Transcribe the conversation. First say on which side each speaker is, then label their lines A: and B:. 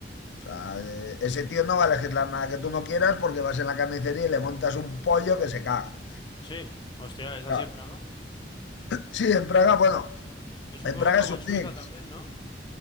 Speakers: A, on the left; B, on the left.
A: O sea, eh, ese tío no va a legislar nada que tú no quieras porque vas en la carnicería y le montas un pollo que se caga.
B: Sí, hostia, es así
A: Claro.
B: en Praga.
A: Sí, en Praga, bueno,
B: Es un
A: en
B: poco
A: Praga
B: como
A: es un
B: en Suiza
A: mix.
B: también, ¿no?